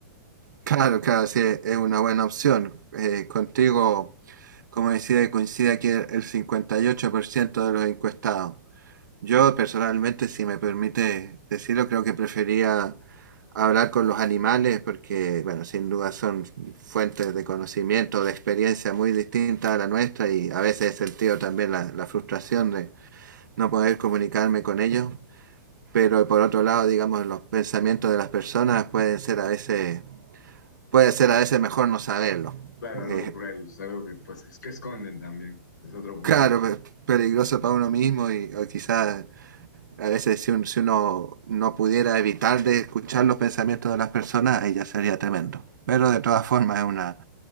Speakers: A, on the right; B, on the left.
A: Claro, claro, sí, es una buena opción. Eh, contigo, como decía, coincide aquí el el 58% de los encuestados. Yo personalmente, si me permite decirlo, creo que prefería hablar con los animales porque, bueno, sin duda son fuentes de conocimiento, de experiencia muy distintas a la nuestra y a veces he sentido también la, la frustración de no poder comunicarme con ellos. Pero por otro lado, digamos, los pensamientos de las personas pueden ser a veces puede ser a veces mejor no saberlo.
B: Claro, algo
A: Eh,
B: cruel, es algo que pues es que esconden también, es otro punto.
A: claro, pe- peligroso para uno mismo y o quizás a veces si, un- si uno no pudiera evitar de escuchar los pensamientos de las personas, ahí ya sería tremendo. Pero de todas formas es una,